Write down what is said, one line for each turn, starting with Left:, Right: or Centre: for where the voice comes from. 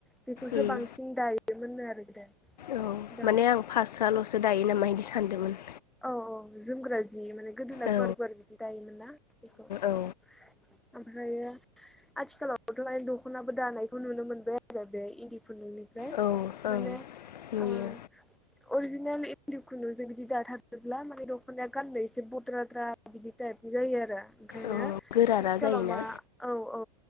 Centre: बेखौसो
Left: उम
Centre: बांसिन दायोमोननो आरो गोदो
Left: औ
Centre: दा
Left: माने आं फास्राल'सो दायो नामा इदि सानदोंमोन।
Centre: औ औ जोमग्रा जि जि माने गोदोना
Left: औ
Centre: गुवार गुवार बिदि दायोमोन ना बिखौ
Left: ओ
Centre: ओं। ओमफ्रायो आथिखालावथ'हाय दख'नाबो दानायखौ नुनो मोनबाय आरो बे इन्दि खुन्दुंनिफ्राय
Left: औ ओं
Centre: माने
Left: नुयो
Centre: ओ अरजिनेल इन्दि खुन्दुंजों बिदि दाथार जोबला माने दख'नाया गाननो एसे बद्राद्रा बिदि टाइपनि जायो आरो। ओंखायनो
Left: औ गोरारा
Centre: आथिखालाव
Left: जायोना
Centre: मा औ औ